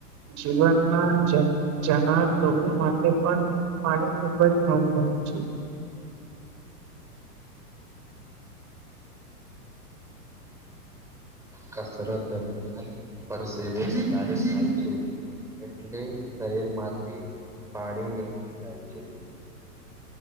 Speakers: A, on the right; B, in the centre.
A: જીવનમાં <unintelligible> જનાર લોકો માટે પણ. પાણી ખુબ જ મહત્વનું છે.
B: કસરત દરમિયાન પરસેવો વધારે થાય છે. એટલે શરીરમાંથી પાણી નીકળી જાય છે. <inaudible>